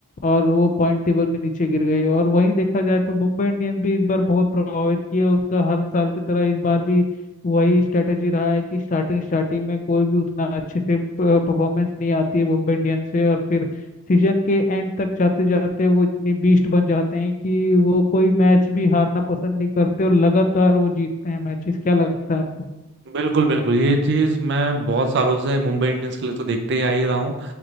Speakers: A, on the left; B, on the right.
A: और वो पॉइंट टेबल में नीचे गिर गई और वहीं देखा जाए तो मुंबई इंडियंस भी इस बार बहुत प्रभावित किए उनका हर साल की तरह इस बार भी वही स्ट्रेटेजी रहा है कि स्टार्टिंग स्टार्टिंग में कोई भी उतना अच्छे से परफॉर्मेंस नहीं आती है मुंबई इंडियंस से और फिर सीजन के एंड तक जाते जाते वो इतनी बीस्ट बन जाते हैं कि वो कोई मैच भी हारना पसंद नहीं करते और लगातार वो जीतते हैं मैचेस क्या लगता है आपको
B: बिल्कुल बिल्कुल ये चीज मैं बहुत सालों से मुंबई इंडियंस के लिए तो देखते ही आ ही रहा हूँ